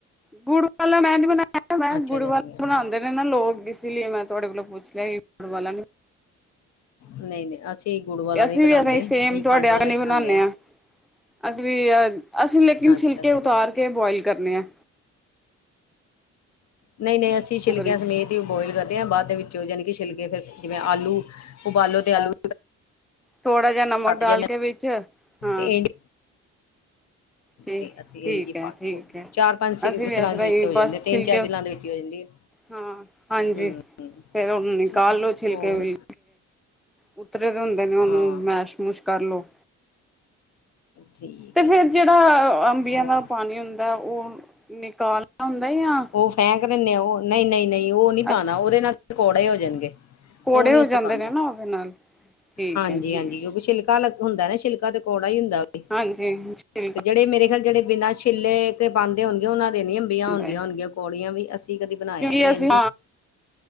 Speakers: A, in the centre; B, on the left.
A: ਗੁੜ ਵਾਲਾ ਮੈਂ ਨੀ ਬਣਾਇਆ ਮੈਂ
B: ਅੱਛਾ
A: ਗੁੜ
B: ਜਾਣੀ
A: ਵਾਲਾ
B: ਹਾਂ।
A: ਬਣਾਉਂਦੇ ਨੇ ਨਾ ਲੋਕ ਇਸ ਲਈ ਮੈਂ ਤੁਹਾਡੇ ਕੋਲੋਂ ਪੁੱਛ ਲਿਆ ਸੀ ਵਾਲਾ ਨੂੰ
B: ਨਹੀਂ ਨਹੀਂ ਅਸੀਂ ਗੁੜ ਵਾਲਾ
A: ਅਸੀਂ
B: ਨਹੀਂ ਬਣਾਉਂਦੇ
A: ਵੀ ਅਸੀ ਸੇਮ
B: ਅਸੀਂ
A: ਤੁਹਾਡੇ
B: ਖੰਡ ਵਾਲਾ
A: ਅੰਗਨ
B: ਹੀ
A: ਬਣਾਉਦੇ
B: ਬਣਾਉਂਦੇ
A: ਹਾਂ ਅਸੀਂ ਵੀ ਅਸੀਂ ਲੇਕਿਨ
B: ਅੱਛਾ
A: ਛਿਲਕੇ
B: ਚਲੋ
A: ਉਤਾਰ
B: ਵਧੀਆ।
A: ਕੇ ਬੁਆਇਲ ਕਰਨੇ ਆਂ
B: ਨਹੀਂ ਨਹੀਂ ਅਸੀਂ ਛਿਲਕਿਆਂ
A: ਕੁੱਕਰ ਵਿੱਚ।
B: ਸਮੇਤ ਹੀ ਉਹ ਬੋਆਇਲ ਕਰਦੇ ਹਾਂ ਬਾਅਦ ਦੇ ਵਿੱਚੋਂ ਜਾਣੀ ਕਿ ਛਿਲਕੇ ਫਿਰ ਜਿਵੇਂ ਆਲੂ ਉਬਾਲੋ ਤੇ ਆਲੂ
A: ਥੋੜ੍ਹਾ ਜਿਹਾ ਨਮਕ
B: ਫਟ
A: ਡਾਲ
B: ਜਾਂਦੇ
A: ਕੇ ਵਿੱਚ
B: ਨੇ
A: ਹਾਂ
B: ਤੇ ਇੰਝ
A: ਠੀਕ
B: ਤੇ ਅਸੀਂ ਇੰਝ ਹੀ
A: ਹੈ
B: ਫਟ
A: ਠੀਕ ਹੈ
B: ਚਾਰ ਪੰਜ
A: ਅਸੀਂ
B: ਵਿਸਲਾਂ
A: ਵੀ ਇਸ ਤਰ੍ਹਾਂ
B: ਦੇ ਵਿੱਚ
A: ਹੀ
B: ਹੋ ਜਾਂਦੇ
A: ਬੱਸ
B: ਤਿੰਨ
A: ਛਿਲਕੇ
B: ਚਾਰ ਵਿਸਲਾਂ ਦੇ ਵਿੱਚ ਹੀ ਹੋ ਜਾਂਦੀ ਹੈ।
A: ਹਾਂ ਹਾਂਜੀ
B: ਹੂੰ
A: ਫਿਰ ਉਹਨੂੰ
B: ਅੱਛਾ
A: ਨਿਕਾਲ ਲੋ ਛਿਲਕੇ
B: ਹੋਰ
A: ਵੀ ਉਤਰੇ ਦੇ ਹੁੰਦੇ ਨੇ ਉਹਨੂੰ
B: ਹਾਂ
A: ਮੈਸ਼ ਮੂਸ਼ ਕਰ ਲਓ
B: ਠੀਕ
A: ਤੇ
B: ਹੈ
A: ਫੇਰ ਜਿਹੜਾ ਅੰਬੀਆਂ
B: ਹੋਰ
A: ਦਾ ਪਾਣੀ ਹੁੰਦਾ ਉਹ ਨਿਕਾਲਣਾ ਹੁੰਦਾ ਜਾਂ
B: ਉਹ ਫੇਕ ਦਿੰਦੇੇ ਆ ਉਹ ਨਹੀਂ ਨਹੀਂ ਨਹੀਂ ਉਹ ਨਹੀਂ ਪਾਉਣਾ
A: ਅੱਛਾ
B: ਉਹਦੇ ਨਾਲ ਕੌੜੇ ਹੋ ਜਾਣਗੇ
A: ਕੋੜੇ
B: ਉਹ ਨਹੀਂ
A: ਹੋ
B: ਅਸੀਂ
A: ਜਾਂਦੇ
B: ਪਾਉਂਦੇ
A: ਨੇ ਨਾ ਉਹਦੇ ਨਾਲ ਠੀਕ
B: ਹਾਂਜੀ
A: ਹੈ ਠੀਕ
B: ਹਾਂਜੀ ਕਿਉਂਕਿ
A: ਹੈ
B: ਸ਼ਿਲਕਾ ਲ ਹੁੰਦਾ ਨਾ ਸ਼ਿਲਕਾ ਤੇ ਕੌੜਾ ਹੀ ਹੁੰਦਾ ਵੀ
A: ਹਾਂਜੀ ਠੀਕ ਆ
B: ਤੇ ਜਿਹੜੇ ਮੇਰੇ ਖਿਆਲ ਜਿਹੜੇ ਬਿਨਾਂ ਛਿੱਲੇ ਕ ਬੰਣਦੇ ਹੁਣਦੇ ਉਹਨਾਂ ਦੇ ਨਈ ਬੀਆਂ
A: ਹੁੰਦਾ
B: ਹੁੰਦੀਆਂ
A: ਹੈ
B: ਹੋਣਗੀਆਂ ਕੌੜੀਆਂ ਵੀ ਅਸੀਂ ਕਦੀ ਬਣਾਇਆ
A: ਕਿਉਂਕਿ
B: ਨੀ
A: ਅਸੀਂ
B: ਇੰਜ